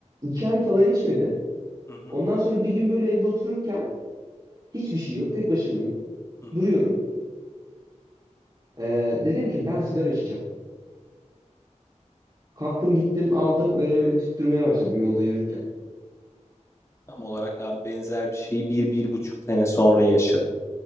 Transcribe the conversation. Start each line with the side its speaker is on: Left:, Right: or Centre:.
Right: iki ay falan içmedim.
Left: Hı hı,
Right: Ondan sonra bir gün böyle evde otururken Hiçbir şey yok. Tek başımayım.
Left: hı hı.
Right: Duruyorum. Ee, dedim ki ben sigara içeceğim. Kalktım gittim aldım böyle böyle tüttürmeye başladım yolda yürürken.
Left: Tam olarak abi benzer bir şeyi bir, bir buçuk sene sonra yaşadım.